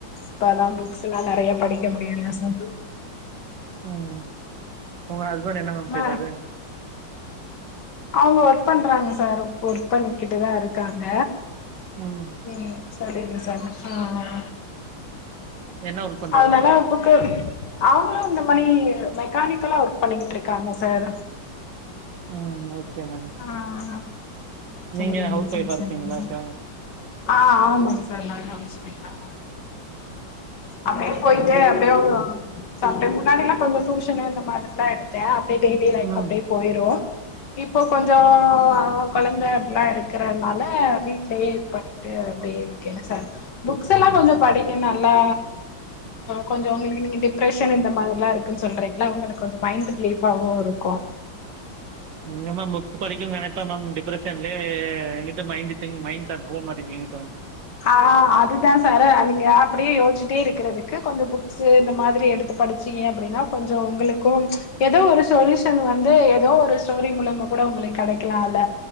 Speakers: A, on the left (about 60°); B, on the right (about 70°).
A: இப்பல்லாம் புக்ஸ் எல்லாம் நெறைய படிக்க முடியல சார்
B: ம் ஒங்க ஹஸ்பண்ட் என்ன மேம்
A: ம
B: செய்றாரு
A: அவங்க ஒர்க் பண்றாங்க சார் ஒர் ஒர்க் பண்ணிக்கிட்டு தான் இருக்காங்க
B: ம்
A: ம் சரிங்க சஜசன்
B: என்ன ஒர்க் பண்ணுறாங்க
A: அதனாலா புக்கு அவ்ங்களும் இந்த மணி மெக்கானிக்கலா ஒர்க் பண்ணிக்கிட்டு இருக்காங்க சார்
B: ம் ஓகே மேம்
A: ஆஹ் செரி
B: நீங்கள் ஹவுஸ்
A: செரி செரி
B: ஒய்ஃபாக
A: செரிங்க
B: இருக்கீங்களா
A: சர்
B: அதான்
A: ஆ ஆமாங்க சார் நா ஹவுஸ் வைஃப் தா நா அப்டியே போய்ட்டு எப்பயோ சம்டைம் முன்னாடி எல்லாம் கொஞ்சோ டூஷன்ல இந்த மாதிரி எல்லாம் எடுத் த அப்யே டெய்லி டெய்லி லைஃப்
B: ம்
A: அப்டியே போயிரும் இப்போ கொஞ்சோ கொழந்த அப்டிலாம் இருக்கறனால வீடிலயே இது பண்ணி ட்டு அப்டியே இருக்கேன் சார் புக்ஸ் எல்லாம் கொஞ்சோ படிங்க நல்லா கொஞ்சோ ஒங்களுக்கு நீங்க டிப்ரெஷன் இந்த மாதிரிலாம் இருக்குனு சொல்றீங்கள உங்களுக்கு கொஞ்சோ மைண்ட் ரிலீஃபாவும் இருக்கும்
B: எங்க மேம் புக்ஸ்படிக்கனும் நெனைப்பேன் மேம் டிப்ரெஷன்லே இங் க்கிட்டு மைண்ட் த் மைண்ட் தாட் போக மாட்டீங்கு இப்ப
A: ஆ அதுதான் சாரே நீங்க அப்டியே யோசிச்சிட்டே இருக்கறதுக்கு கொஞ்சோ புக்ஸ்சு இந்த மாரி எடுத்து படிச் சீங்க அப்படின்னா கொஞ்சோம் ஒங்களுக்கும் ஏதோ ஒரு சொல்யூஷன் வந்து ஏதோ ஒரு ஸ்டோரி மூலமா கூட உங்களுக்கு கடைக்கலாம்ல்ல